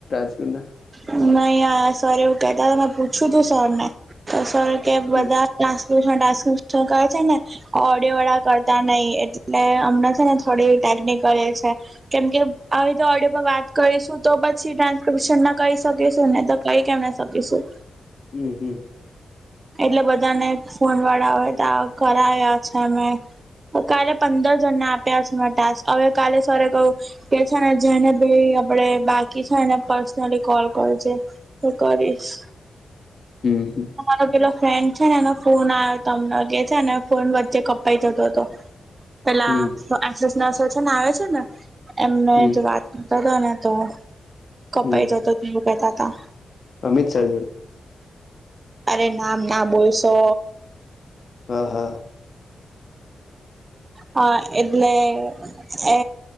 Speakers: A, on the left (about 55°); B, on the right (about 40°).
A: ટસના
B: નહી સર એવું કેતા હતા મેં પૂછ્યું તું સર ને તો સર કે બધા
A: હમ
B: ટ્રાન્સપોર્ન ટ્રાન્સપર્ન કરે છે, ને. ઓડવાળા કરતા નહિ એટલે અમણાં છે, ને થોડી ટેકનિકલ એ છે. કેમકે આવી તો ઓડિયો પર વાત કરીશું તો બ ડન્પશન ના કહી શકીશું ને તો કઈ કેમ ના શકીશું
A: હમ, હમ
B: એટલે બધાને ફોન વાળા હોય તો ઘ આવ્યા છે, અમે? તો કાલે પંદર જણને આપ્યા છેને ટાસ્ક હવે કાલે સરરે કહું એ છે, ને જેને ભ આપણેે બાકી છે, એને પર્સનલી કોલ કર છે. હું કરીશ
A: હમ.
B: રો કેેલો ફ્રેન્ડ છે, ને એનો ફોન આવ્યો હતો અમને છે, અને ફોન વચ્ચે કપાઈ જતો હતો. પેલા
A: હમ હમ
B: એસ નર્સ છે ને આવે છે, ને એમને
A: હમ
B: વાત તા ને તો કપાઈ
A: હમ
B: જતો તે એવું કતા હતા.
A: અમિત શાહ જોડે
B: અરે નામ ના બોલશો
A: હા, હા.
B: હા એટલે એ